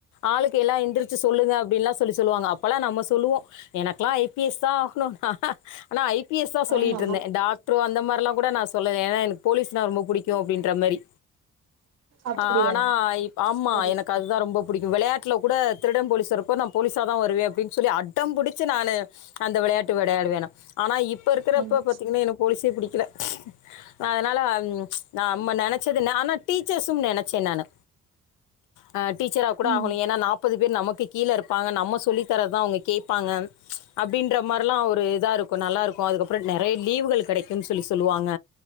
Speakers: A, on the left; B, on the right.
A: ஆளுக்கு எல்லா எந்திரிச்சு சொல்லுங்க அப்டின்லா சொல்லி சொல்லுவாங்க அப்பலா நம்ம சொல்லுவோ எனக்லா ஐ பி எஸ் தா ஆகனு ஆனா ஐ பி எஸ் தா சொல்லிட்ருந்தே
B: ஆமா
A: டாக்ட்ரோ அந்த மார்லா கூட நா சொல் லல ஏனா எனக்கு போலீஸ்னா ரொம்ப பு டிக்கு அப்டின்ற மாரி
B: அப்டியா
A: ஆனா இ‌ப் ஆமா
B: சரி
A: எனக்கு
B: சரி
A: அதுதா ரொம்ப பு டிக்கு வெளயாட்ல கூட திருட போலிஸ் வரப்போ நா போலீஸா தா வருவே அப்டின் சொல்லி அடம்புடிச்சி நானு அந்த வெளயாட்டு வெடயாடுவேனா ஆனா இப் ப இருக்குறப்ப
B: ஆமா
A: பாத்தீங்னா எனக் போலிஸே புடி க்கில அதுனால அ நம்ம நெனச்சதுன்ன ஆனா டீச்சர்ஸும் நெனச்சே நானு ஆ டீச்சரா கூட
B: ம்
A: ஆகனு ஏனா நாப்பது பேர் நமக் கு கீழ இருப்பாங்க நம்ம சொல்லி தரதா அவுங்க கேப்பாங்க அப்டின்ற மார்லா ஒரு இதா இருக்கு நல்லாருக் கு அதுகப்றொ நெறைய லீவுகள் கெடை க்குன் சொல்லி சொல்லுவாங்க